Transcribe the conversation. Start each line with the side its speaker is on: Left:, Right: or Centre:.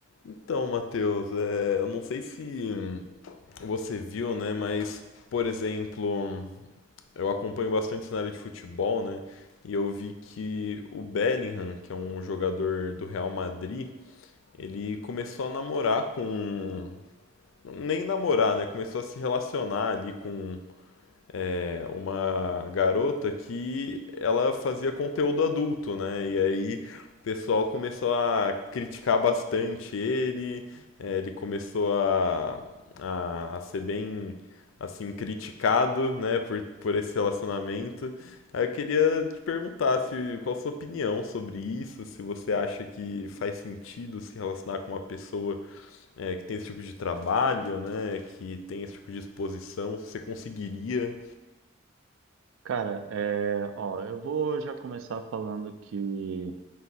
Left: Então, Matheus, é, eu não sei se hum, você viu, né, mas, por exemplo, hum, eu acompanho bastante o cenário de futebol, né, e eu vi que o Bellingham, que é um jogador do Real Madrid, ele começou a namorar com... Nem namorar, né, começou a se relacionar ali com é, uma garota que ela fazia conteúdo adulto, né? E aí o pessoal começou a criticar bastante ele, é, ele começou a, a, a ser bem assim criticado, né, por, por esse relacionamento. Aí eu queria te perguntar se qual a sua opinião sobre isso, se você acha que faz sentido se relacionar com uma pessoa é, que tem esse tipo de trabalho, né, que tem esse tipo de exposição, se você conseguiria
Right: Cara, é, ó, eu vou já começar falando que